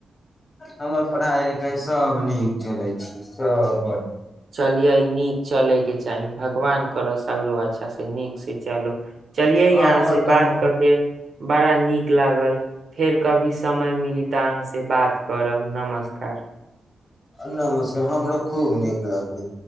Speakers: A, on the left; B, on the right.
A: हमर पढ़ाई लिखाई सभ नीक चलै छै सभ
B: चलियै नीक चलयके चाही भगवान कर सगरो अच्छा से नीक से चलो चलियै
A: हमर
B: यहाँ से
A: तऽ
B: बात कऽ के बड़ा नीक लागल फेर कभी समय मिली तऽ अहाँ से बात करब नमस्कार
A: नमस्कार हमरो खूब नीक लगलै